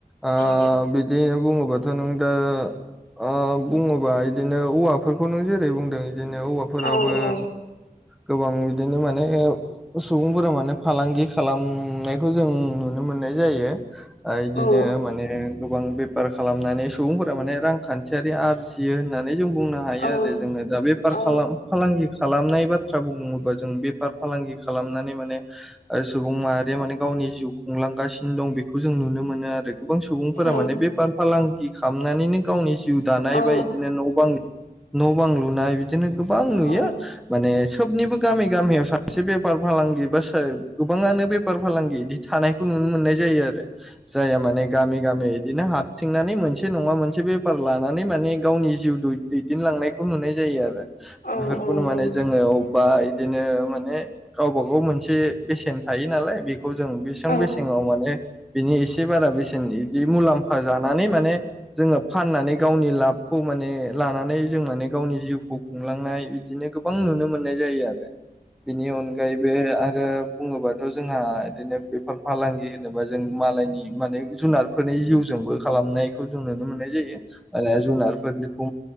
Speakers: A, in the centre; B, on the left.
A: ओ
B: औ
A: बिदि बुङोबा ' नोंदो ओ बुङोबा इदिनो औवाफोरखौ नों जेरै बुंदों बिदिनो औवाफोराबो
B: औ औ
A: गोबां बिदिनो माने ओ सुबुंफोरा माने फालांगि खालामनायखौ जों नुनो मोननाय जायो ओ इदिनो
B: औ
A: माने गोबां बे फार खालामनानै सुबुंफोरा माने रांखान्थियारि आरजियो होननानै जों बुंनो हायो
B: औ
A: आरो जोङो दा बेफार
B: औ
A: खालाम फालांगि खालामनाय बाथ्रा बुङोबा जों बेफार फालांगि खालामनानै माने ओ सुबुं माहारिया माने गावनि जिउखौ खुंलांगासिनो दं बेखौ जों नुनो मोनो आरो गोबां सुबुंफोरा
B: औ
A: माने बेफार फालांगि खामनानैनो गावनि जिउ दानाय
B: औ
A: बा बिदिनो न' बां न' बां लुनाय बि दिनो गोबां नुयो
B: औ
A: माने सोबनिबो गामि गामियाव सा एसे बेफार फालांगि बा स गोबाङानो बेफार फालांगि बिदि थानायखौ नुनो मोननाय जायो आरो जाया माने गामि गामि इदिनो हाथ संनानै मोनसे नङा मोनसे बेफार लानानै माने गावनि जिउ दै दैदेनलांनायखौ नुनाय जायो आरो
B: औ
A: बेफोरखौनो
B: औ
A: माने
B: औ
A: जोङो बा बिदिनो माने गावबा गाव मोनसे बेसेन थायो नालाय बेखौ जों बेसेबां
B: औ
A: बेसेङाव माने बिनि एसे बारा बेसेन बिदि मुलाम्फा बा जानानै माने जोङो फाननानै गावनि लाबखौ माने लानानै जों माने गावनि जिउखौ खुंलांनाय बिदिनो गोबां नुनो मोननाय जायो आरो बेनि अनगायैबो आरो बुङोबाथ' जोंहा बिदिनो फालांगि होनोबा जों मालायनि माने जुनारफोरनि जिउजोंबो खालामनाय जों नुनो मोननाय जायो जुनारफोरनिखौ